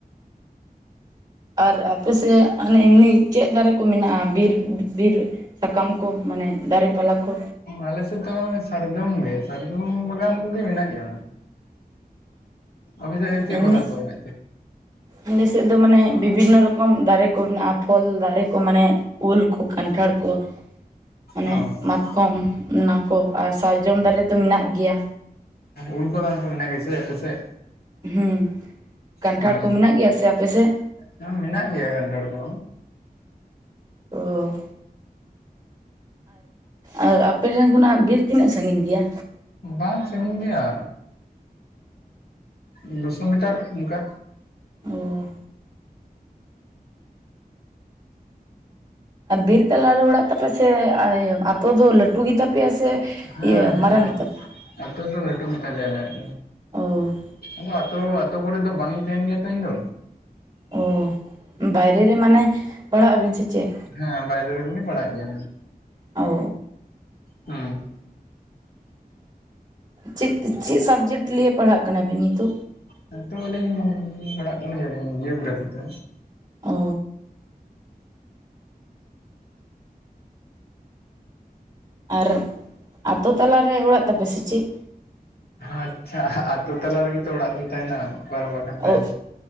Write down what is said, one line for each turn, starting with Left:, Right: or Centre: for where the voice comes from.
Right: ᱟᱨ ᱟᱯᱮ ᱥᱮ ᱮᱢᱱ <inaudible> ᱪᱮᱫ ᱫᱟᱨᱮ ᱠᱚ ᱢᱮᱱᱟᱜᱼᱟ ᱵᱤᱨ ᱵᱤᱨ ᱥᱟᱠᱟᱢ ᱠᱚ ᱢᱟᱱᱮ ᱫᱟᱨᱮ ᱯᱟᱞᱟ ᱠᱚ?
Left: ᱟᱞᱮᱥᱮᱫ ᱫᱚ ᱥᱟᱨᱡᱚᱢ ᱜᱮ ᱥᱟᱨᱡᱚᱢ ᱵᱟᱜᱟᱱ ᱠᱚᱜᱮ ᱢᱮᱱᱟᱜ ᱜᱮᱭᱟ ᱟᱵ ᱥᱮ ᱪᱮᱝ
Right: ᱮᱢᱱᱤ
Left: ᱵᱟᱜᱟᱱ ᱠᱚ ᱵᱮ ᱛᱮ?
Right: ᱟᱞᱮ ᱥᱮᱫ ᱫᱚ ᱢᱟᱱᱮ ᱵᱤᱵᱷᱤᱱᱱᱚ ᱨᱚᱠᱚᱢ ᱫᱟᱨᱮ ᱠᱚ ᱢᱮᱱᱟᱜᱼᱟ ᱯᱷᱚᱞ ᱫᱟᱨᱮ ᱠᱚ ᱢᱟᱱᱮ ᱩᱞ ᱠᱚ ᱠᱟᱱᱴᱷᱟᱲ ᱠᱚ ᱢᱟᱱᱮ
Left: ᱚ
Right: ᱢᱟᱛ ᱠᱚᱢ ᱚᱱᱟ ᱠᱚ ᱟᱨ ᱥᱟᱨᱡᱚᱢ ᱫᱟᱨᱮ ᱛᱚ ᱢᱮᱱᱟᱜ ᱜᱮᱭᱟ
Left: ᱩᱞ ᱵᱟᱜᱟᱱ ᱠᱚ ᱢᱮᱱᱟᱜ ᱜᱮᱭᱟ ᱥᱮ ᱟᱯᱮ ᱥᱮᱫ?
Right: ᱦᱸ ᱠᱟᱱᱴᱷᱟᱲ
Left: ᱚ
Right: ᱠᱚ ᱢᱮᱱᱟᱜ ᱜᱮᱭᱟ ᱥᱮ ᱟᱯᱮᱥᱮᱫ?
Left: ᱦᱮᱸ ᱢᱮᱱᱟᱜ ᱜᱮᱭᱟ ᱠᱟᱱᱟᱱᱴᱷᱟᱲ ᱠᱚ
Right: ᱚᱦ ᱟᱨ ᱟᱯᱮ ᱴᱷᱮᱱ ᱠᱷᱚᱱᱟᱜ ᱵᱤᱨ ᱛᱤᱱᱟᱹᱜ ᱥᱟᱺᱜᱤᱧ ᱜᱮᱭᱟ?
Left: ᱵᱟᱝ ᱥᱟᱺᱜᱤᱧ ᱜᱮᱭᱟ ᱢᱮ ᱫᱩᱥᱚ ᱢᱤᱴᱟᱨ ᱚᱱᱠᱟ
Right: ᱚ ᱵᱤᱨ ᱛᱟᱞᱟᱨᱮ ᱚᱲᱟᱜ ᱛᱟᱯ ᱥᱮ ᱟᱛᱳ ᱫᱚ ᱞᱟᱹᱴᱩ ᱜᱮᱛᱟ ᱯᱮᱭᱟ ᱥᱮ?
Left: ᱦᱮᱸ
Right: ᱤᱭᱟᱹ
Left: ᱦᱮᱸ
Right: ᱢᱟᱨᱟᱝ ᱜᱮᱛᱟ ᱯᱮᱭᱟ
Left: ᱟᱹᱛᱩ ᱫᱚ ᱞᱟᱹᱴᱩ ᱜᱮ ᱛᱟᱞᱮᱭ ᱟᱞᱮᱜᱼᱟ
Right: ᱚ
Left: ᱫᱚ ᱤᱫᱚᱛ ᱟᱛᱳ ᱠᱚᱨᱮ ᱫᱚ ᱵᱟᱝ ᱤᱧ ᱛᱟᱦᱮᱱ ᱜᱮᱭᱟ ᱛᱚ ᱤᱧ ᱫᱚ
Right: ᱚ ᱵᱟᱭᱨᱮ ᱨᱮ ᱢᱟᱱᱮ ᱯᱟᱲᱦᱟᱜ ᱟᱵᱤᱱ ᱥᱮ ᱪᱮᱫ?
Left: ᱦᱮᱸ ᱵᱟᱭᱨᱮ ᱨᱮᱜᱮ ᱯᱟᱲᱟᱜ ᱜᱮᱭᱟ
Right: ᱚ
Left: ᱦᱮᱸ
Right: ᱪᱮᱫ ᱪᱮᱫ ᱥᱟᱵᱡᱮᱠᱴ ᱞᱤᱭ ᱯᱟᱲᱦᱟᱜ ᱠᱟᱱᱟᱵᱤᱱ ᱱᱤᱛᱚᱜ?
Left: ᱦ ᱛᱚ ᱟᱹᱞᱤᱧ ᱯᱟᱲᱦᱟᱜ ᱠᱟᱱ ᱜᱮᱭᱟᱞᱤᱧ ᱡᱤᱭᱳᱜᱨᱟᱯᱷᱤ ᱛᱮ
Right: ᱚ ᱟᱨ ᱟᱛᱳ ᱛᱟᱞᱟᱨᱮ ᱚᱲᱟᱜ ᱛᱟᱯᱮ ᱥᱮ ᱪᱮᱫ
Left: ᱟᱪᱷᱟ ᱟᱛᱳ ᱛᱟᱞᱟ ᱨᱮᱜᱮ ᱛᱚ ᱚᱲᱟᱜ ᱫᱚ ᱛᱟᱦᱮᱱᱟ ᱚᱠᱟᱨᱮ ᱵᱟ ᱠᱟᱱᱟᱱ ᱛᱟᱦᱮᱱᱟ
Right: ᱚ